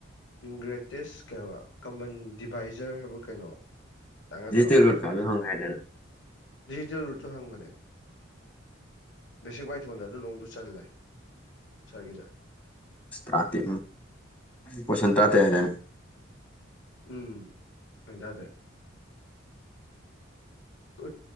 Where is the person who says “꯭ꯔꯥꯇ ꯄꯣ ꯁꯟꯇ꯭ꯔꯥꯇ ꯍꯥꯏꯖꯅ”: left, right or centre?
Left